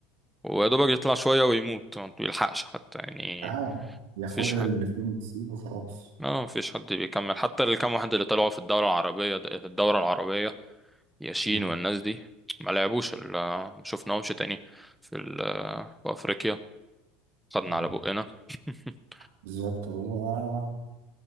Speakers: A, in the centre; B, on the right (about 85°).
A: ويا دوبك يطلع شوية ويموت ما بيلحقش حتى يعني
B: آه ياخد
A: مفيش
B: له
A: حد
B: اللي فيه ويسيبه خلاص
A: اه مفيش حد بيكمل حتى الكام واحد اللي طلعوا في الدورة العربية في الدورة العربية ياسين
B: مم.
A: والناس دي ما لعبوش ال- ما شفناهمش تاني في ال- في افريقيا خدنا
B: آه
A: على بقنا <laughs>
B: بالظبط هو